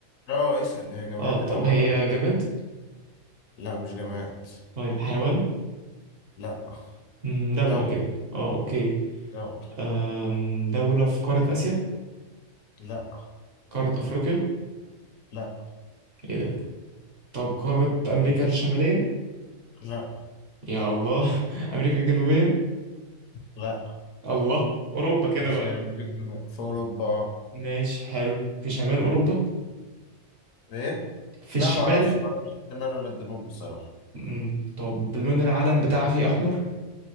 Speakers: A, on the left; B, on the right.
A: اه اسال هي جماد
B: اه طب
A: الاول
B: هي جماد
A: لا مش جماد
B: طيب حيوان
A: لا
B: مم، دولة
A: دولة
B: كده اه اوكي
A: دولة
B: آم، دولة في قارة آسيا
A: لا
B: قارة أفريقيا
A: لا
B: ايه ده طب قارة أمريكا الشمالية
A: لا
B: يا الله <laughs> أمريكا الجنوبية
A: لا
B: الله أوروبا كده
A: مش
B: بقى
A: مش الجنوب في أوروبا
B: ماشي حلو في شمال أوروبا
A: إيه؟
B: في الشمال
A: لا ما أعرفش ما أعرفش الشمال ولا الجنوب بصراحة
B: مم، طب لون العلم بتاعها فيه أحمر